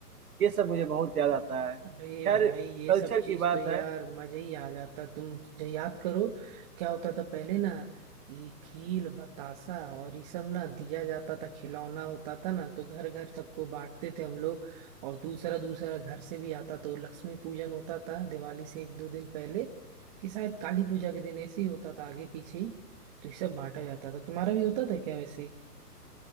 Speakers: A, on the right; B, on the right.
A: ये सब मुझे बहुत याद आता है खैर
B: अरे भाई ये
A: कल्चर
B: सब चीज
A: की बात
B: तो यार
A: है
B: मजा ही आ जाता तुम जो याद करो क्या होता था पहले ना कि खील बतासा और ये सब ना दिया जाता था खिलौना होता था ना तो घर घर सबको बांटते थे हम लोग और दूसरा दूसरा घर से भी आता तो लक्ष्मी पूजन होता था दिवाली से एक दो दिन पहले कि शायद काली पूजा के दिन ऐसे ही होता था आगे पीछे ही तो ये सब बांटा जाता था तुम्हारा भी होता था क्या वैसे